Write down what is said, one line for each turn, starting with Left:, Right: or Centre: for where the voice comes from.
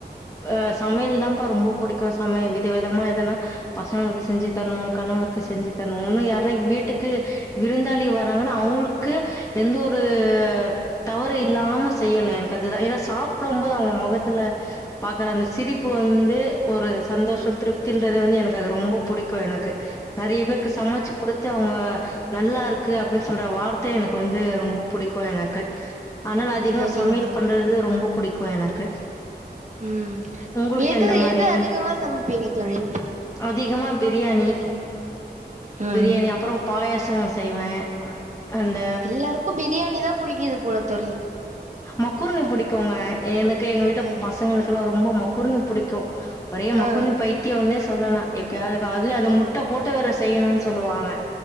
Left: அ சமையல் தான்ப்பா ரொம்ப பிடிக்கும். சமையல் வித விதமா எதன்னா பசங்களுக்கு செஞ்சு.. தரனும். கணவருக்கு செஞ்சு தரனும், இன்னு யார்ன்னா வீட்டுக்கு விருந்தாளி வராங்கன்னா அவுங்களுக் க்கு எந்த ஒரு.. தவறு இல்லாம செய்யணும். எனக்கு அதுதா ஏன்னா! சாப்ட போது அவங்க முகத்துல பாக்குற அந்த சிரிப்பு இப்போ வந்து ஒரு சந்தோஷ திருப்தின்றது வந்து எனக்கு அது ரொம்ப! புடிக்கும் எனக்கு நிறைய பேருக்கு
Right: ம்
Left: சமைச்சு கொடுத்து. அவங்க நல்லா இருக்கு, அப்டின்னு சொல்ற வார்த்த எனக்கு வந்து ரொம்ப! புடிக்கும் எனக்கு அதனால அதிகமா
Right: சரிங்க
Left: சமையல்
Right: தோழி
Left: பண்றது ரொம்ப புடிக்கும். எனக்கு
Right: உம்
Left: உங்களுக்கு
Right: எது
Left: எந்த மாரி
Right: எது அதிகமா சமைப்பீங்க தோழி
Left: அதிகமா, பிரியாணி
Right: ம்
Left: பிரியாணி அப்புறம் பாயசோ செய்வேன். அந்த,
Right: எல்லாருக்கு பிரியாணி தா புடிக்குது போல தோழி
Left: மக்ரூனி பிடிக்குங்க. எ எனக்கு எங்க வீட்டு,
Right: ஆ
Left: பசங்களுக்குல்லாம் ரொம்ப மக்ரோனி பிடிக்கும். ஒரே மக்ரோன்
Right: ஆ
Left: பையித் த்தியோனு சொல்லலாம். எப்பயாவ்து அதுலயே அது முட்ட போட்டு வேற செய்யணும்னு சொல்லுவாங்க.